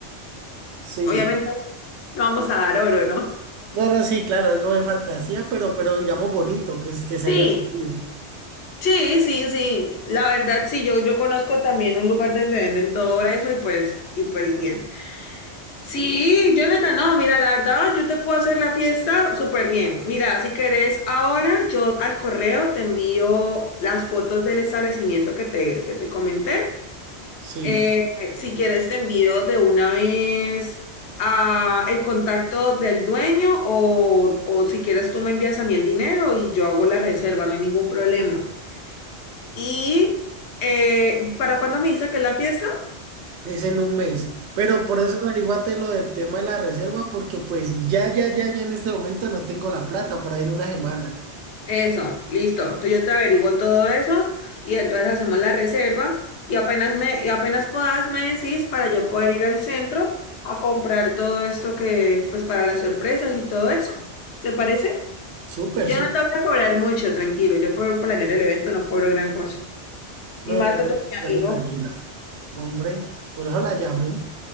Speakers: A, on the right; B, on the left.
A: Sí.
B: Obviamente no vamos a dar oro, ¿no?
A: No, no, sí, claro, algo de fantasía, pero, pero digamos bonito, que, es- que sea
B: Sí,
A: llamativo.
B: sí, sí, sí. La verdad, sí, yo, yo conozco también un lugar donde venden todo eso y pues, y pues bien. Sí, Jonathan, no, mira, la verdad, yo te puedo hacer la fiesta súper bien. Mira, si querés, ahora yo al correo te envío las fotos del establecimiento que te, que te comenté.
A: Sí.
B: Eh, si quieres, te envío de una vez ah, el contacto del dueño o, o si quieres, tú me envías a mí el dinero y yo hago la reserva, no hay ningún problema. Y eh, ¿para cuándo me dice que es la fiesta?
A: Es en un mes. Pero por eso averiguate lo del tema de la reserva, porque pues ya, ya, ya, ya en este momento no tengo la plata, por ahí en una semana.
B: Eso, listo. Entonces yo te averiguo todo eso y entonces hacemos la reserva y apenas me, y apenas puedas me decís para yo poder ir al centro a comprar todo esto que, pues para las sorpresas y todo eso. ¿Te parece?
A: Súper,
B: Yo
A: súper.
B: no te voy a cobrar mucho, tranquilo. Yo por planear el evento no cobro gran cosa. Y
A: No,
B: más
A: no,
B: que
A: dale,
B: tú eres
A: dale
B: mi amigo.
A: tranquila. Hombre, por eso la llamé.